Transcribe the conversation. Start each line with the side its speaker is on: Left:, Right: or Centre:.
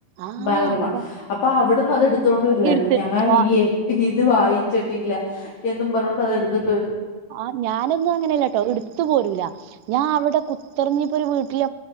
Right: ആഹ്
Left: ബാലരമ
Right: അതാ
Left: അപ്പൊ അവിടുന്ന് അത് എടുത്തോണ്ട് വരുമായിരുന്നു
Right: എടുത്ത്
Left: <unintelligible>
Right: വാ
Left: ഇത് വായിച്ചിട്ടില്ല യെന്നും പറന്നോണ്ട് അത് എടുത്ത്
Right: അ ഞാനൊന്നും അങ്ങനെഅല്ലട്ടെ ഇട്ത്ത് പോരൂല ഞാൻ അവിടെ കൂതറന്ന്ഇനി ഇപ്പ ഒരു വിട്ടിൽ